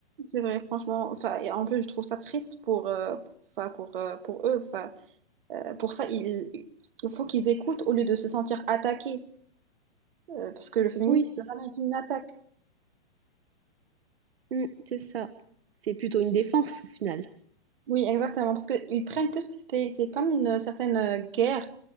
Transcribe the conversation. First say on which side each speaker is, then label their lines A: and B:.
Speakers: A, on the right (about 50°); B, on the right (about 65°).
A: C'est vrai, franchement. Enfin, et en plus, je trouve ça triste pour, euh, enfin, pour, euh, pour eux. Enfin, euh, pour ça, il, il faut qu'ils écoutent au lieu de se sentir attaqués. Euh, parce que le féminisme
B: Oui, c'est
A: n'a
B: ça.
A: jamais été une attaque.
B: Mm, c'est ça. C'est plutôt une défense, au final.
A: Oui, exactement. Parce qu'ils prennent plus que c'était- c'est comme une certaine euh, guerre